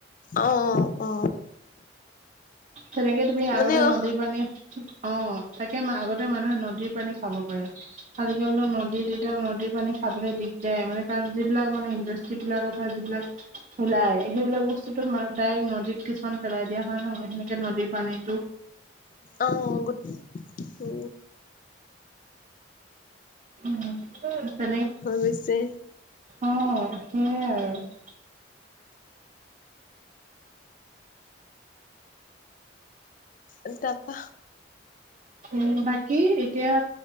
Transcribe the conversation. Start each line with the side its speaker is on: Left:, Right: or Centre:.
Left: আহ অ
Right: তেনেকে তুমি
Left: মানে
Right: আগতে
Left: অ
Right: নদীৰ পানী অ তাকে আগতে- মানুহে নদীৰ পানী খাব পাৰে আজিকালি নদী তেতিয়া নদীৰ পানী খাবলৈ দিদ- দ মানে কাৰণ যিবিলাক মানে ইণ্ডাষ্ট্ৰ্ৰী বিলাকৰ পৰা যিবিলাক ওলাই- সেইবিলাক বস্তুতো ডাইৰেক্ট নদীত কিছুমান পেলাই দিয়া হয় ন সেনেকে নদীৰ পানীত।
Left: অ গ উ
Right: উ তেনে
Left: গৈছে
Right: অ সেইয়াই আৰু
Left: এ তাৰ পৰা
Right: উ বাকী এতিয়া।